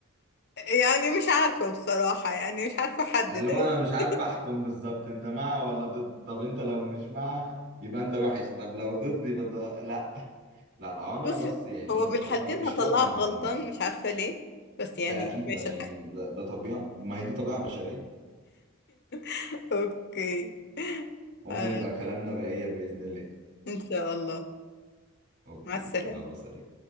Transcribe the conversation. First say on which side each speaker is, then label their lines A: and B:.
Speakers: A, on the left; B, on the right.
A: يعني مش عارفة بصراحة يعني مش عارفة احدد
B: اللي هو انا
A: <laughs>
B: مش عارف احكم بالظبط انت مع ولا ضد طب انت لو مش مع يبقى انت وحش طب لو ضد يبقى انت لا لا لا هو انا
A: بص
B: بس يعني
A: هو
B: ايه
A: في الحالتين
B: والله اشفاقا
A: هطلعك
B: على
A: غلطان
B: المرأة
A: مش عارفة ليه بس يعني
B: ده اكيد
A: ماشي
B: ده يعني
A: الحال
B: ده, ده طبيعه ما هي دي طبيعه بشريه
A: <laughs> اوكي
B: عموما
A: آه
B: يبقى كلامنا بقية باذن الله
A: ان شاء الله
B: اوكي
A: مع السلامة
B: يلا سلام